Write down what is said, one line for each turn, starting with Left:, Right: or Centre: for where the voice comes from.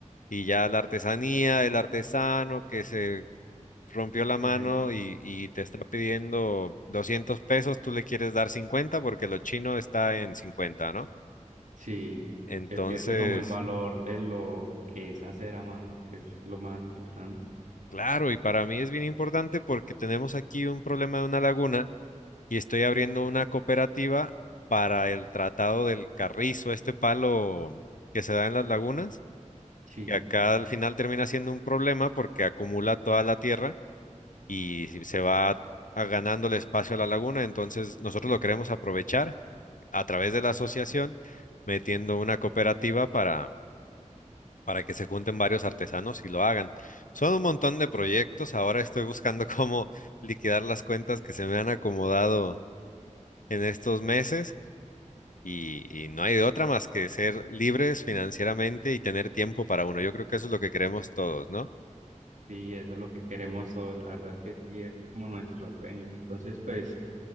Left: y ya la artesanía, el artesano que se rompió la
Right: Que-
Left: mano y, y te está pidiendo 200 pesos, tú le quieres dar 50 porque lo chino está en 50, ¿no?
Right: sí,
Left: Entonces,
Right: que pierde como el valor de lo que es hacer a mano, que es lo más importante.
Left: claro, y para mí es bien importante porque tenemos aquí un problema de una laguna y estoy abriendo una cooperativa para el tratado del carrizo, este palo que se da en las lagunas,
Right: Sí,
Left: que acá al final termina siendo un problema porque acumula toda la tierra y se va a- ganando el espacio a la laguna, entonces nosotros lo queremos aprovechar a través de la asociación metiendo una cooperativa para, para que se junten varios artesanos y lo hagan. Son un montón de proyectos. Ahora estoy buscando <laughs> cómo liquidar las cuentas que se me han acomodado en estos meses y, y no hay de otra más que ser libres financieramente y tener tiempo para uno. Yo creo que eso es lo que queremos todos, ¿no?
Right: sí, eso es lo que queremos todos, la verdad es que sí, es como nuestro sueño. Entonces, pues...